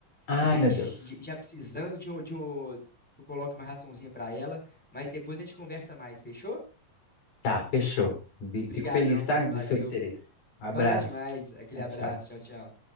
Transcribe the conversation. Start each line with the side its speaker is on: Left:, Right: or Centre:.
Left: Ai,
Centre: já,
Left: meu
Centre: enche-
Left: Deus.
Centre: já precisando de um, de um, que eu coloque uma raçãozinha pra ela, mas depois a gente conversa mais, fechou?
Left: Tá, fechou. Vi-
Centre: Obrigadão,
Left: Fico feliz, tá, do
Centre: valeu.
Left: seu interesse. Abraço.
Centre: Valeu demais. Aquele
Left: Tchau,
Centre: abraço,
Left: tchau.
Centre: tchau, tchau.